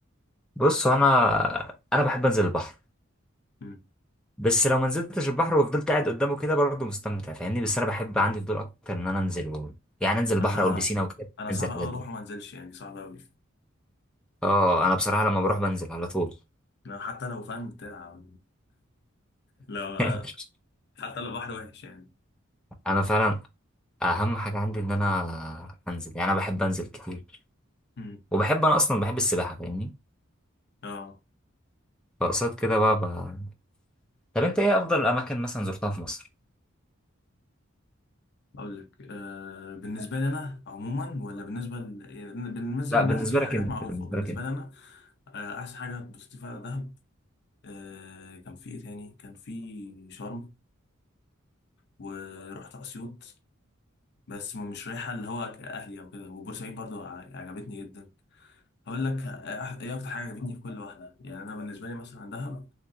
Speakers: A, in the centre; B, on the left.
A: بص هو انا انا بحب انزل البحر
B: مم.
A: بس لو ما نزلتش البحر وفضلت قاعد قدامه كده برضه مستمتع فاهمني بس انا بحب عندي فضول اكتر ان انا انزل و... يعني انزل البحر
B: انا
A: او البسينه وكده
B: انا صعب
A: انزل الحاجات
B: قوي اروح
A: دي
B: وما انزلش يعني صعب قوي
A: اه انا بصراحه لما بروح بنزل على طول
B: حتى لو فاهم بتاع لا
A: <laughs>
B: حتى لو بحر وحش يعني
A: انا فعلا اهم حاجه عندي ان انا انزل يعني انا بحب انزل كتير
B: مم.
A: وبحب انا اصلا بحب السباحه فاهمني
B: اه
A: فقصاد كده بقى, بقى طب انت ايه افضل الاماكن مثلا زرتها في مصر
B: اقول لك آه بالنسبه لي انا عموما ولا بالنسبه ل... يعني بالنسبه
A: لا
B: للناس
A: بالنسبه
B: دي حاجات
A: لك انت
B: معروفه
A: بالنسبه
B: بالنسبه
A: لك انت
B: لي انا آه احسن حاجه اتبسطت فيها دهب آه كان في ايه تاني كان في شرم ورحت اسيوط بس مش رايحه اللي هو اهلي او كده وبورسعيد برضو ع- عجبتني جدا هقول لك أح- ايه اكتر حاجه عجبتني في كل واحده يعني انا بالنسبه لي مثلا دهب